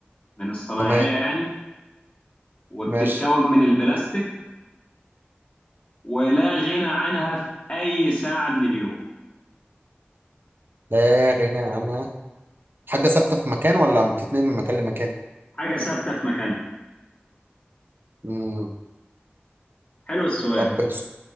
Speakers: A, on the left; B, on the right.
A: من الصنايعية
B: تمام
A: يعني وبتتكون
B: ماشي
A: من البلاستيك ولا غنى عنها في أي ساعة من اليوم
B: لا غنى عنها حاجة ثابتة في مكان ولا بتتنقل من مكان لمكان؟
A: حاجة ثابتة في مكانها
B: مم.
A: حلو السؤال
B: طب بتس...